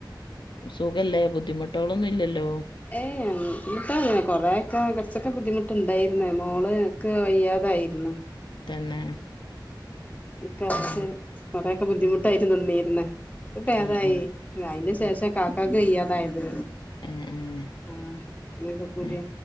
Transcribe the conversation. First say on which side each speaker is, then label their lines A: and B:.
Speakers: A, on the left; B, on the left.
A: സുഖല്ലേ ബുദ്ധിമുട്ടുകളൊന്നും ഇല്ലല്ലോ
B: ഏയ് എന്നിട്ടങ്ങനെ കൊറെക്കെെ കുറച്ചൊക്കെ ബുദ്ധിമുട്ടുണ്ടായിരുന്ന മോള് ഒക്കെ വയ്യാതായിരുന്നു
A: തന്നെ
B: ഉെക്ഷ
A: ഉം
B: വഴയൊക്കെ ബുദ്ധിമുട്ടായിരുന്നു നീ പിന്നെ ഇപ്പ ഭേതായി
A: ഏഹ് ആഹ്
B: അതിന് ശേഷം
A: ആഹ്
B: കാക്കക്ക് വയ്യാതായത്
A: ഏഹ്
B: ആഹ് അങ്ങനെക്കെകൂടി
A: ഏഹ് ഏഹ്